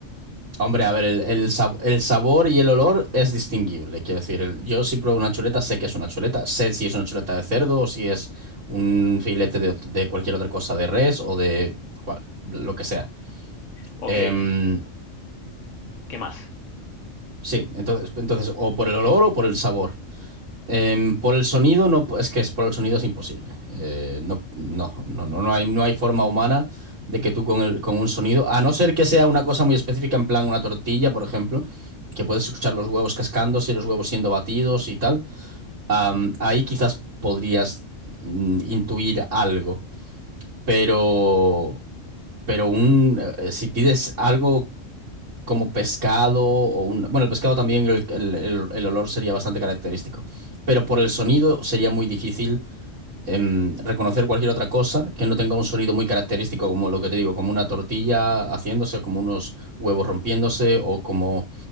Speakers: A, on the right; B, on the left.
A: Hombre, a ver, el, el sab- el sabor y el olor es distinguible. Quiero decir, el- yo si pruebo una chuleta, sé que es una chuleta. Sé si es una chuleta de cerdo o si es un filete de, ot- de cualquier otra cosa, de res o de cual- lo que sea.
B: Ok,
A: Em,
B: li- ¿qué más?
A: sí, entonces, entonces, o por el olor o por el sabor. Em, por el sonido no, es que es por el sonido es imposible. Eh, no, no, no, no, no hay, no hay forma humana de que tú con el, con un sonido, a no ser que sea una cosa muy específica, en plan una tortilla, por ejemplo, que puedes escuchar los huevos cascándose y los huevos siendo batidos y tal. am, ahí quizás podrías mm, intuir algo, pero, pero un, eh, si pides algo como pescado o un... Bueno, el pescado también, el, el- el- el olor sería bastante característico, pero por el sonido sería muy difícil em, reconocer cualquier otra cosa que no tenga un sonido muy característico, como lo que te digo, como una tortilla haciéndose, como unos huevos rompiéndose o como...